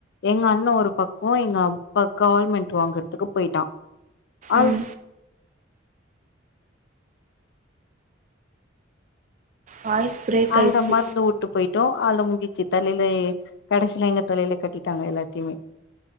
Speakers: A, on the left (about 60°); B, on the right (about 40°).
A: எங்க அண்ணன் ஒரு பக்கம் எங்க அப்பா கால்மெண்ட் வாங்கறதுக்கு போயிட்டா அது
B: ம் வாய்ஸ் பிரேக்
A: அந்த
B: ஆயிடுச்சு
A: மருந்து உட்டு போயிட்டா ட்டம் அது முதிச்சு தலைல கடசில எங்க தலைல கட்டிட்டாங்க எல்லாத்தையுமே